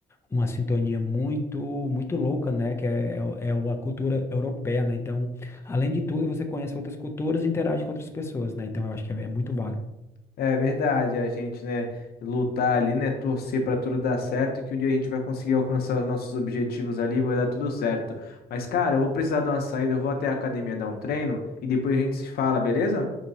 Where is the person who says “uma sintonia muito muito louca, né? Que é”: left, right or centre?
Left